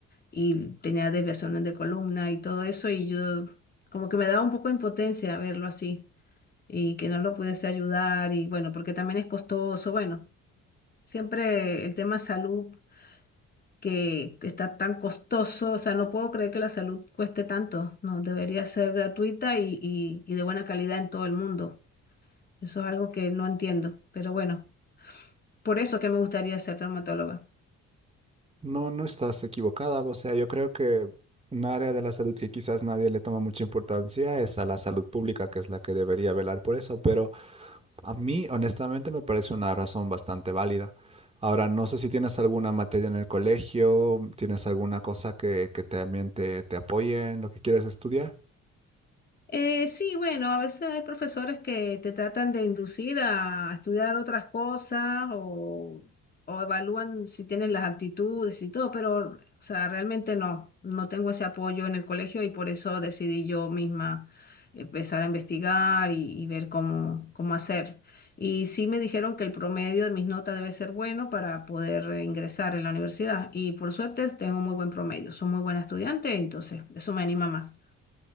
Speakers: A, on the left (about 30°); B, on the right (about 20°).
A: y tenía desviaciones de columna y todo eso y yo como que me daba un poco de impotencia verlo así y que no lo pudiese ayudar y bueno, porque también es costoso, bueno, siempre el tema salud que está tan costoso, o sea, no puedo creer que la salud cueste tanto, no, debería ser gratuita y, y y de buena calidad en todo el mundo. Eso es algo que no entiendo, pero bueno, por eso es que me gustaría ser traumatóloga.
B: No, no estás equivocada, o sea, yo creo que un área de la salud que quizás nadie le toma mucha importancia es a la salud pública, que es la que debería velar por eso, pero a mí honestamente me parece una razón bastante válida. Ahora, no sé si tienes alguna materia en el colegio, tienes alguna cosa que, que también te, te apoye en lo que quieres estudiar.
A: Eh, sí, bueno, a veces hay profesores que te tratan de inducir a estudiar otras cosas o, o evalúan si tienes las actitudes y todo, pero, o sea, realmente no, no tengo ese apoyo en el colegio y por eso decidí yo misma empezar a investigar y, y ver cómo, cómo hacer. Y sí me dijeron que el promedio de mis notas debe ser bueno para poder eh, ingresar en la universidad y por suerte tengo muy buen promedio, soy muy buena estudiante, entonces eso me anima más.